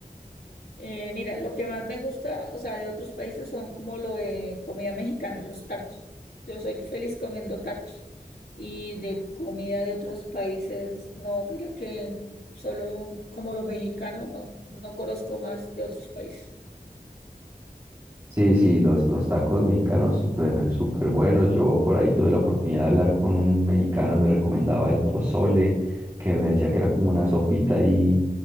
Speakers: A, on the left (about 85°); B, on the right (about 20°).
A: Eh, mira, lo que más me gusta, o sea, de otros países son como lo de comida mexicana, los tacos. Yo soy feliz comiendo tacos. Y de comida de otros países, no, mira que solo como lo mexicano, no, no conozco más de otros países.
B: Sí, sí, los, los tacos mexicanos súper, súper buenos. Yo por ahí tuve la oportunidad de hablar con un mexicano, me recomendaba el pozole, que me decía que era como una sopita ahí